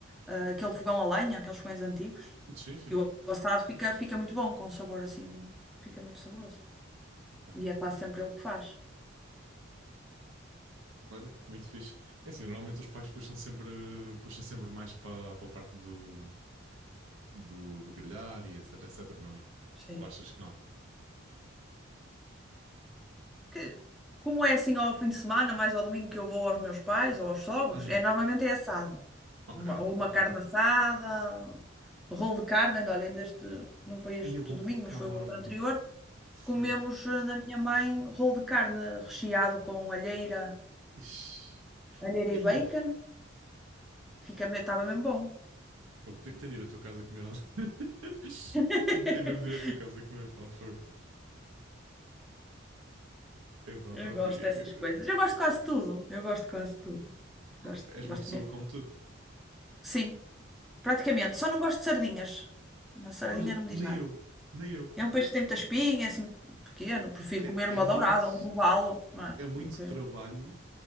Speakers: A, in the centre; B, on the right.
A: ah, aquele fogão a lenha, aqueles fogões antigos.
B: Sim, sim.
A: E o assado fica, fica muito bom, com um sabor assim, fica muito saboroso.
B: Ok,
A: E é quase
B: ok.
A: sempre ele que faz.
B: Olha, muito fixe. É assim, normalmente os pais puxam sempre, puxam sempre mais para para a parte do, do, do grelhar e etc, etc, não é?
A: Sim.
B: Ou achas que não?
A: Que- como é assim ao fim de semana, mais ao domingo que eu vou aos meus pais ou aos sogros,
B: Uhum.
A: é normalmente é assado.
B: Ok,
A: Uma, ou uma
B: ok.
A: carne assada, rolo de carne, ainda, olha, ainda este, não foi este
B: E o rolo
A: domingo,
B: de carne.
A: mas foi o outro anterior.
B: Foi.
A: Comemos eh, na minha mãe rolo de carne recheado com alheira,
B: Ixi.
A: alheira
B: Ih.
A: e bacon. Fica, estava mesmo bom.
B: Fogo, Tem, tem de ir à tua casa comer. algo. <laughs>
A: <laughs>
B: Tem, tem mesmo de ir à tua casa comer. Pá, fogo. Epá,
A: Eu
B: pronto.
A: gosto
B: eu-
A: dessas
B: eu-
A: coisas.
B: eu-
A: Eu gosto de quase tudo. Eu gosto de quase tudo.
B: co-
A: Gosto,
B: és
A: gosto
B: uma pessoa
A: mesmo.
B: que come tudo.
A: Sim, praticamente. Só não gosto de sardinhas. Na sardinha
B: Olha,
A: não me diz
B: nem
A: nada.
B: eu. Nem eu.
A: É um peixe que tem muita espinha, é assim pequeno. Prefiro
B: É,
A: comer
B: é
A: uma
B: muito,
A: dourada, um robalo, não é?
B: é muito
A: Do que...
B: trabalho